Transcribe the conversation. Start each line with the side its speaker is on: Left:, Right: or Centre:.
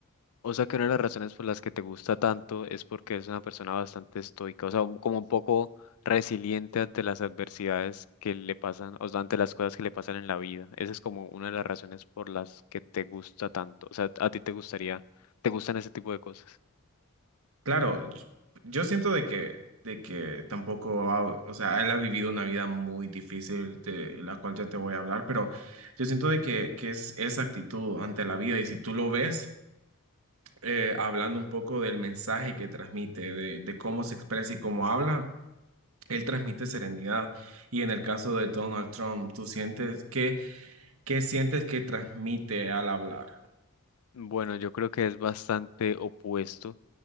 Left: o sea que una de las razones por las que te gusta tanto es porque es una persona bastante estoica, o sea, un- como un poco resiliente ante las adversidades que le pasan, o sea, ante las cosas que le pasan en la vida. Esa es como una de las razones por las que te gusta tanto. O sea, a ti te gustaría, te gustan ese tipo de cosas.
Right: Claro, yo yo siento de que, de que tampoco, ha- o sea, él ha vivido una vida muy difícil, de la cual ya te voy a hablar, pero yo siento de que, que es esa actitud ante la vida y si tú lo ves, eh, hablando un poco del mensaje que transmite, de, de cómo se expresa y cómo habla, él transmite serenidad. Y en el caso de Donald Trump, tú sientes que... ¿Qué sientes que transmite al hablar?
Left: Bueno, yo creo que es bastante opuesto,